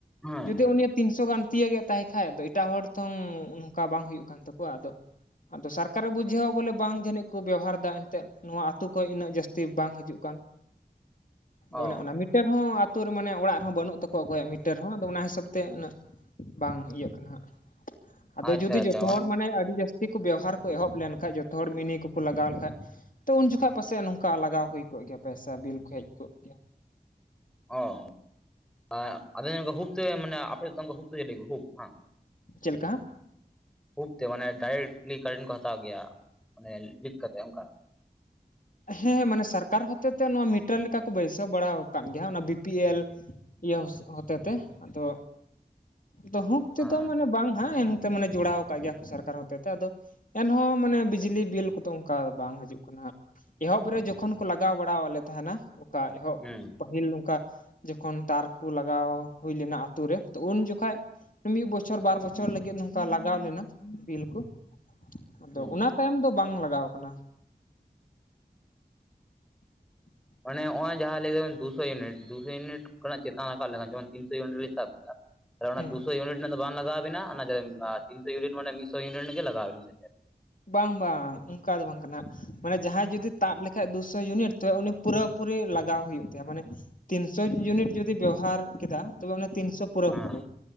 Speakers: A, in the centre; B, on the left.
A: ᱦᱮᱸ
B: ᱡᱩᱫᱤ ᱩᱱᱤᱼᱼ ᱛᱤᱱ ᱥᱚ ᱜᱟᱱ ᱛᱤᱭᱟᱹᱜᱮᱫ ᱛᱟᱭ ᱠᱷᱟᱡ, ᱫᱚ ᱮᱴᱟᱜ ᱦᱚᱲ ᱛᱚᱝ ᱱᱚᱝᱠᱟ ᱵᱟᱝ ᱦᱩᱭᱩᱜ ᱠᱟᱱ ᱛᱟᱠᱚᱣᱟ ᱟᱫᱚᱼᱼ ᱟᱫᱚ ᱥᱟᱨᱠᱟᱨ ᱮ ᱵᱩᱡᱷᱟᱹᱣᱟ ᱵᱚᱞᱮ ᱵᱟᱝ ᱡᱟᱹᱱᱤᱡ ᱠᱚ ᱵᱮᱣᱦᱟᱨ ᱫᱟ, ᱮᱱᱛᱮᱜ ᱱᱚᱣᱟ ᱟᱛᱩ ᱠᱷᱚᱡ ᱩᱱᱟᱹᱜ ᱡᱟᱹᱥᱛᱤᱼᱼ ᱵᱟᱝ ᱦᱟᱡᱩᱜ ᱠᱟᱱ, ᱫᱚ ᱚᱱᱮ
A: ᱚ
B: ᱚᱱᱟ ᱢᱤᱴᱼᱼ ᱴᱟᱹᱨ ᱦᱚᱸ ᱟᱛᱩ ᱨᱮ ᱢᱟᱱᱮ ᱚᱲᱟᱜ ᱨᱮ ᱦᱚᱸ ᱵᱟᱹᱱᱩᱜ ᱛᱟᱠᱚᱣᱟ ᱚᱠᱚᱭᱟᱜ ᱢᱤᱴᱟᱹᱨ ᱦᱚᱸ, ᱟᱫᱚ ᱚᱱᱟ ᱦᱤᱥᱟᱹᱵᱽ ᱛᱮ ᱩᱱᱟᱹᱜᱼᱼ ᱵᱟᱝ ᱤᱭᱟᱹᱜ ᱠᱟᱱᱟ ᱦᱟᱸᱜ, ᱟᱫᱚ
A: ᱟᱪᱪᱷᱟ
B: ᱡᱩᱫᱤ
A: ᱟᱪᱪᱷᱟ
B: ᱡᱚᱛᱚ ᱦᱚᱲ ᱢᱟᱱᱮ ᱟᱹᱰᱤ ᱡᱟᱹᱥᱼᱼ ᱛᱤ ᱠᱩ ᱵᱮᱣᱦᱟᱨ ᱠᱚ ᱮᱦᱚᱵ ᱞᱮᱱ ᱠᱷᱟᱡ, ᱡᱚᱛᱚ ᱦᱚᱲ ᱢᱤᱱᱤ ᱠᱚᱠᱚ ᱞᱟᱜᱟᱣ ᱞᱮᱠᱷᱟᱡ, ᱛᱚ ᱩᱱ ᱡᱚᱠᱷᱟ ᱯᱟᱥᱮᱡ ᱱᱚᱝᱠᱟ ᱞᱟᱜᱟᱣᱼᱼ ᱦᱩᱭ ᱠᱚᱜ ᱜᱮᱭᱟ ᱯᱮᱭᱥᱟ ᱵᱤᱞ ᱠᱚ ᱦᱮᱡ ᱠᱚᱜ ᱜᱮᱭᱟ᱾
A: ᱚ ᱟᱻ ᱟᱫᱚ <inaudible> ᱦᱩᱵ ᱛᱮ ᱢᱟᱱᱮ ᱟᱯᱮ <inaudible> ᱦᱩᱯ ᱦᱟᱝ
B: ᱪᱮᱜ ᱞᱮᱠᱟ?
A: ᱦᱩᱵ ᱛᱮ ᱢᱟᱱᱮ ᱰᱟᱭᱨᱮᱠᱴᱞᱤ ᱠᱟᱨᱮᱱᱴ ᱠᱚ ᱦᱟᱛᱟᱣ ᱜᱮᱭᱟ ᱢᱟᱱᱮ ᱞᱤᱠ ᱠᱟᱛᱮᱜ ᱚᱱᱠᱟ᱾
B: ᱦᱮᱸ ᱢᱟᱱᱮ ᱥᱟᱨᱠᱟᱨ ᱦᱚᱛᱮ ᱛᱮ ᱱᱚᱣᱟ ᱢᱤᱴᱟᱨ ᱞᱮᱠᱟ ᱠᱚ ᱵᱟᱹᱭᱥᱟᱹᱣ ᱵᱟᱲᱟᱣ ᱠᱟᱜ ᱜᱮᱭᱟ ᱚᱱᱟ ᱵᱤ ᱯᱤ ᱮᱞᱼᱼ ᱤᱭᱟᱹ ᱦᱚᱥ ᱦᱚᱛᱮᱛᱮ ᱟᱫᱚ ᱛᱚ ᱦᱩᱠ ᱛᱮᱫᱚ
A: ᱦᱮᱸ
B: ᱢᱟᱱᱮ ᱵᱟᱝ ᱦᱟᱸᱜ ᱮᱱᱼᱼ ᱛᱮ ᱢᱟᱱᱮ ᱡᱚᱲᱟᱣ ᱠᱟᱜ ᱜᱮᱭᱟ ᱠᱚ ᱥᱟᱨᱠᱟᱨ ᱦᱚᱛᱮ ᱛᱮ ᱟᱫᱚᱼᱼ ᱮᱱᱦᱚᱸ ᱢᱟᱱᱮ ᱵᱤᱡᱽᱞᱤ ᱵᱤᱞ ᱠᱚᱫᱚ ᱚᱱᱠᱟ ᱵᱟᱝ ᱦᱤᱡᱩᱜ ᱠᱟᱱᱟ ᱦᱟᱸᱜ᱾ ᱮᱦᱚᱵ ᱨᱮ ᱡᱚᱠᱷᱚᱱ ᱠᱚ ᱞᱟᱜᱟᱣ ᱵᱟᱲᱟᱣ ᱞᱮ ᱛᱟᱦᱮᱱᱟ ᱠᱟ ᱮᱦᱚᱵ
A: ᱦᱩᱸ
B: ᱯᱟᱹᱦᱤᱞ ᱚᱱᱠᱟᱼᱼ ᱡᱚᱠᱷᱚᱱ ᱛᱟᱨ ᱠᱩ ᱞᱟᱜᱟᱣ ᱦᱩᱭ ᱞᱮᱱᱟ ᱟᱛᱩ ᱨᱮ ᱛᱚ ᱩᱱ ᱡᱚᱠᱷᱟᱡᱼᱼ ᱢᱤᱜ ᱵᱚᱪᱷᱚᱨ ᱵᱟᱨ ᱵᱚᱪᱷᱚᱨ ᱞᱟᱹᱜᱤᱫ ᱱᱚᱝᱠᱟ ᱞᱟᱜᱟᱣ ᱞᱮᱱᱟ ᱵᱤᱞ ᱠᱩ᱾ ᱟᱫᱚ
A: ᱦᱩᱸ
B: ᱚᱱᱟ ᱛᱟᱭᱚᱢ ᱫᱚ ᱵᱟᱝ ᱞᱟᱜᱟᱣ ᱠᱟᱱᱟ᱾ <unintelligible>
A: ᱢᱟᱱᱮ ᱱᱚᱜ-ᱚᱸᱭ ᱡᱟᱦᱟᱸ ᱞᱟᱹᱭ ᱫᱟᱵᱮᱱ ᱫᱩ ᱥᱚ ᱭᱩᱱᱤᱴ ᱫᱩ ᱥᱚ ᱭᱩᱱᱤᱴ ᱠᱷᱚᱱᱟᱜ ᱪᱮᱛᱟᱱ ᱨᱟᱠᱟᱵ ᱞᱮᱠᱷᱟᱱ ᱡᱮᱢᱚᱱ ᱛᱤᱱ ᱥᱚ ᱭᱩᱱᱤᱴ ᱨᱮ ᱥᱟᱵᱼᱼ ᱟᱨ ᱚᱱᱟ
B: ᱦᱮᱸ
A: ᱫᱩᱥᱚ ᱤᱭᱩᱱᱤᱴᱼᱼ ᱟᱱᱟ ᱫᱚ ᱵᱟᱝ ᱞᱟᱜᱟᱣ ᱵᱤᱱᱟ ᱚᱱᱟ ᱡᱟᱭᱜᱟ ᱨᱮ ᱤᱢ‌ᱟᱨ ᱛᱤᱱ ᱥᱚ ᱭᱩᱱᱤᱴ ᱢᱟᱱᱮ ᱢᱤᱫ ᱥᱚ ᱭᱩᱱᱤᱴ ᱜᱮ ᱞᱟᱜᱟᱣ ᱵᱤᱱᱟ ᱥᱮ ᱪᱮᱜ?
B: ᱵᱟᱝ ᱵᱟᱝ ᱚᱱᱠᱟ ᱫᱚ ᱵᱟᱝ ᱠᱟᱱᱟ᱾ ᱢᱟᱱᱮ ᱡᱟᱦᱟᱸᱭ ᱡᱩᱫᱤ ᱛᱟᱵ ᱞᱮᱠᱷᱟᱡ ᱫᱩ ᱥᱚ ᱭᱩᱱᱤᱴ ᱛᱚᱵᱮ ᱩᱱᱤ ᱯᱩᱨᱟᱹ ᱯᱩᱨᱤ ᱞᱟᱜᱟᱣ ᱦᱩᱭᱩᱜ ᱛᱟᱭᱟ ᱢᱟᱱᱮᱼᱼ ᱛᱤᱱ ᱥᱚ ᱭᱩᱱᱤᱴ ᱡᱩᱫᱤ ᱵᱮᱣᱦᱟᱨ ᱠᱮᱫᱟ ᱛᱚᱵᱮ ᱚᱱᱟ ᱛᱤᱱ ᱥᱚᱼᱼ ᱯᱩᱨᱟᱹᱯᱩᱨᱤ
A: ᱦᱮᱸ